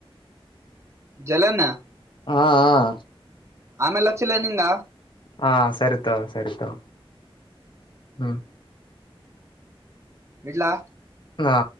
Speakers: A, on the right; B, on the left.
A: ಜಲನಾ.
B: ಹ್ಹಾ ಹ್ಹಾ.
A: ಆಮೇಲೆ ಅಚ್ಚಿಲ್ಲೆ ನಿಂಗ.
B: ಹಾ ಸರಿ ತಗೋ ಸರಿ ತಗೋ ಹ್ಮ್.
A: ಇಡ್ಲ.
B: ಹ್ಹಾ.